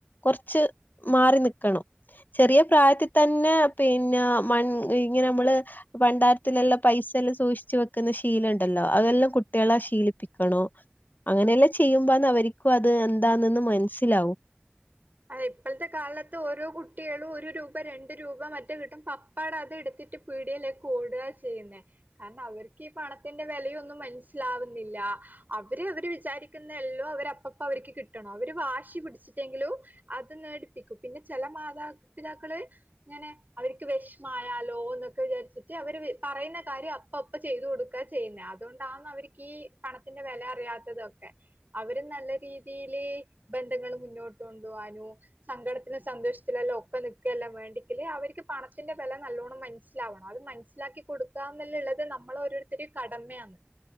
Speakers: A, on the left; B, on the right.
A: കൊർച്ച് മാറി നിക്കണം. ചെറിയ പ്രായത്തി തന്നെ പിന്നാ മൺ ഇങ്ങനെ മ്മള് പണ്ടാരത്തിലെല്ലാം. പൈസെല്ലം സൂക്ഷിച്ച് വെക്കുന്ന ശീലംണ്ടല്ലോ അതെല്ലാം കുട്ട്യളെ ശീലിപ്പിക്കണൊ. അങ്ങനെല്ലാ ചെയ്യുമ്പന്ന് അവര്ക്കു അത് എന്താന്നെന്ന് മൻസ്സിലാവൂ.
B: അത ഇപ്പൾത്തെ കാലത്ത് ഓരോ കുട്ട്യളു ഒരു രൂപ രണ്ട് രൂപ മറ്റേ കിട്ടും പ പ്പാട അതെടുത്തിട്ട് പീട്യലേക്ക് ഓടാ ചെയ്യുന്നേ. കാരണം അവർക്കീ പണത്തിന്റെ വെലയൊന്നും മൻസ്സിലാവുന്നില്ല. അവര് അവര് വിചാരിക്കുന്ന എല്ലു അവര് അപ്പപ്പ അവർക്ക് കിട്ടണം അവര് വാശി പിടിച്ചിട്ടെങ്കിലു. അത് നേടിപ്പിക്കും പിന്നെ ചെല മാതാപിതാക്കള്. ങ്ങനെ അവര്ക്ക് വെശ്മായാലോ ന്നൊക്കെ വിചാരിച്ചിട്ട് അവര് വ് പറയുന്ന കാര്യം അപ് പ്പപ്പ ചെയ്തു കൊടുക്കാ ചെയ്യുന്നേ അതൊണ്ടാന്ന് അവര്ക്കീ പണത്തിന്റെ വെല അറിയാത്തതൊക്കെ. അവരും നല്ല രീതിയില് ബന്ധങ്ങൾ മുന്നോട്ട് കൊണ്ടു പോകാനു. സങ്കടത്തിലു സന്തോഷത്തിലെല്ലാം ഒക്കെ നിക്കെല്ല വേണ്ടെക്കില് അവര്ക്ക് പണത്തിന്റെ വെല നല്ലോണം മനസ്സിലാവണം അത് മനസ് സ്ലാക്കി കൊടുക്ക്വ ന്നല്ലള്ളത് നമ്മളോരോരുത്തരിം കടമയാന്ന്.